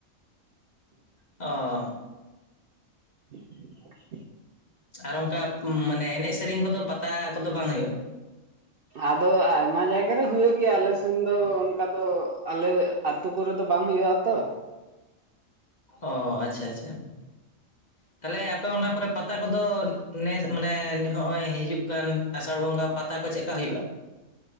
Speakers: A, on the left (about 35°); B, on the right (about 50°).
A: ᱚ
B: ᱤᱱ ᱼᱚᱰᱤᱵᱮᱞ <unintelligible>
A: ᱟᱨ ᱚᱱᱠᱟ ᱢᱟᱱᱮ ᱮᱱᱮᱡ ᱥᱮᱨᱮᱧ ᱠᱚᱫᱚ ᱯᱟᱛᱟ ᱠᱚᱫᱚ ᱵᱟᱝ ᱦᱩᱭᱩᱜ-ᱟ᱾
B: ᱟᱫᱚ ᱟᱭᱢᱟ ᱡᱟᱭᱜᱟ ᱨᱮ ᱦᱩᱭᱩᱜ ᱜᱮᱭᱟ ᱟᱞᱮ ᱥᱮᱱ ᱫᱚ ᱚᱱᱠᱟ ᱫᱚ ᱟᱞᱮ ᱟᱹᱛᱩ ᱠᱚᱨᱮᱫ ᱫᱚ ᱵᱟᱝ ᱦᱩᱭᱩᱜ-ᱟ ᱛᱚ
A: ᱚ ᱟᱪᱪᱷᱟ ᱟᱪᱪᱷᱟ ᱛᱟᱦᱚᱞᱮ ᱟᱯᱮ ᱚᱱᱟ ᱠᱚᱨᱮ ᱯᱟᱛᱟ ᱠᱚᱫᱚ ᱱᱮᱥ ᱢᱟᱱᱮ ᱱᱚᱜ-ᱚᱭ ᱦᱤᱡᱩᱜ ᱠᱟᱱ ᱟᱥᱟᱲ ᱵᱚᱸᱜᱟ ᱯᱟᱛᱟ ᱠᱚ ᱪᱮᱫᱠᱟ ᱦᱩᱭᱩᱜ-ᱟ᱾